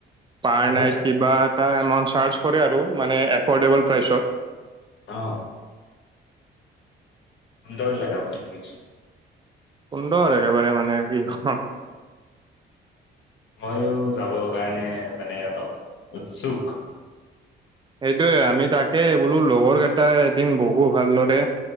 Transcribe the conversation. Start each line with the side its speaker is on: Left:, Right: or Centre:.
Right: পাৰ
Left: যাব
Right: নাইট
Left: পাৰি
Right: কিবা এটা এমাউচ চাৰ্জ কৰে আৰু মানে এফৰ্ডেবল প্ৰাইচত।
Left: অ, সুন্দৰ <unintelligible>
Right: সুন্দৰ একেবাৰে মানে <unintelligible>
Left: ময়ো যাবৰ কাৰণে মানে অলপ উৎসুক।
Right: সেইটোয়ে আমি তাকে বোলো লগৰ কেইটা এদিন বহু ভালদৰে